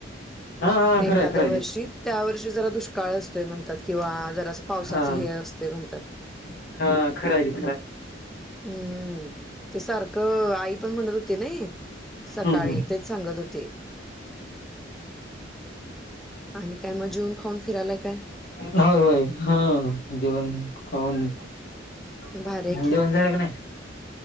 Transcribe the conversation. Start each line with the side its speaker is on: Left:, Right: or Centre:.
Left: हा हा खरंय
Centre: एखाद्या
Left: खरंय
Centre: वर्षी
Left: ते
Centre: त्या वर्षी जरा दुष्काळ असतोय, म्हणतात किंवा जरा अस पावसाच
Left: हा
Centre: हे असतय म्हणत्यात.
Left: <inaudible> हा खराहाय ते खरा आहे. <inaudible>
Centre: हम्म <inaudible> ते सारखं त अ आई पण म्हणत होती ना हे <inaudible> सकाळी
Left: हम्म हम्म
Centre: तेच सांगत होती, <inaudible> आणि काय मग जेऊन खाऊन फिरायलाय काय. <inaudible>
Left: होय होय हा <unintelligible> <inaudible>
Centre: भारी आहे
Left: मग
Centre: की
Left: जेवण झाला का नाही. <inaudible>